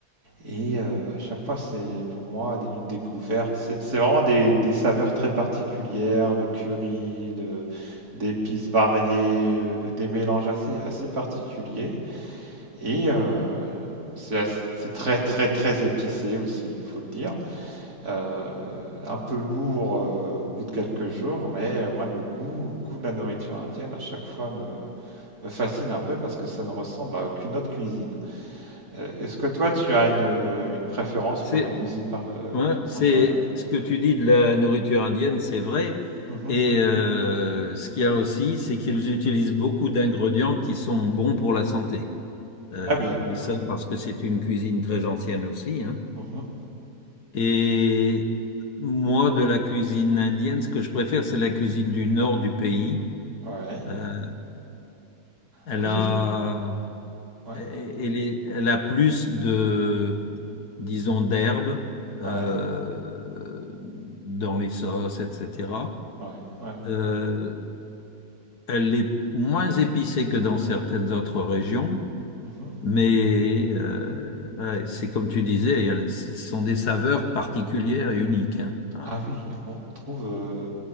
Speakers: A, on the right; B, on the left.
A: Et euh, à chaque fois, c'est pour moi des- une découverte. C'est c'est vraiment des, des saveurs très particulières, de curry, de, d'épices variées, euh, des mélanges assez, assez particuliers. Et euh, c'est ass- c'est très, très, très épicé aussi, il faut le dire. Euh, un peu lourd euh, au bout de quelques jours, mais moi, le goût, goût de la nourriture indienne, à chaque fois, me, me fascine un peu parce que ça ne ressemble à aucune autre cuisine. Euh, Est-ce que toi, tu as une, euh, une préférence
B: C'est
A: pour une cuisine par, euh,
B: ouais,
A: étrangère?
B: c'est ce que tu dis de la nourriture indienne, c'est vrai.
A: Mhm.
B: Et euh, ce qu'il y a aussi, c'est qu'ils utilisent beaucoup d'ingrédients qui sont bons pour la santé. Euh,
A: Ah oui,
B: mais ça,
A: oui.
B: parce que c'est une cuisine très ancienne aussi, hein.
A: mhm,
B: Et moi, de la cuisine indienne, ce que je préfère, c'est la cuisine du nord du pays
A: Ouais.
B: Euh, elle
A: Ah, Moi,
B: a,
A: j'ai fait. Ouais,
B: euh, elle est- elle a plus de, disons, d'herbes euh,
A: ouais,
B: dans les sauces, etc.
A: ouais, ouais.
B: Euh,
A: ouais,
B: elle est moins épicée que dans certaines autres régions,
A: mhm.
B: mais euh, ouais, c'est comme tu disais, elle- ce sont des saveurs particulières et uniques. hein. Ouais.
A: Ah oui, on trouve euh,